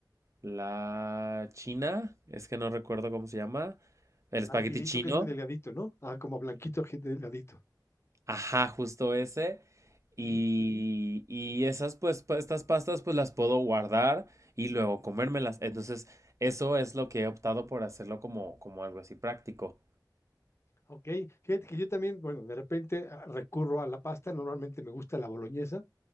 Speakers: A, on the right (about 40°); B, on the left (about 35°).
A: la china, es que no recuerdo cómo se llama, el espagueti
B: Al fideito
A: chino.
B: que es muy delgadito, ¿no? Ah, como blanquito, que delgadito.
A: Ajá, justo ese. Y,
B: Ujú.
A: y esas, pues, pa- estas pastas, pues las puedo guardar y luego comérmelas. Entonces, eso es lo que he optado por hacerlo como, como algo así práctico.
B: Ok. Fíjate que yo también, bueno, de repente ah, recurro a la pasta. Normalmente me gusta la boloñesa